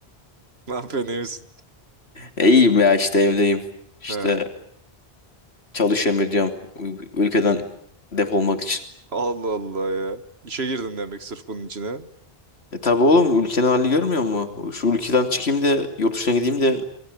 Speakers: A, on the right (about 75°); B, on the left (about 80°).
A: Ne yapıyorsun iyi misin?
B: E, İyiyim ya işte evdeyim. İşte
A: Ha,
B: çalışıyorum ediyorum. Ül- Ülkeden defolmak için.
A: Allah Allah ya. İşe girdin demek sırf bunun içine.
B: E tabi oğlum ülkenin halini görmüyor mu? Şu ülkeden çıkayım da yurt dışına gideyim de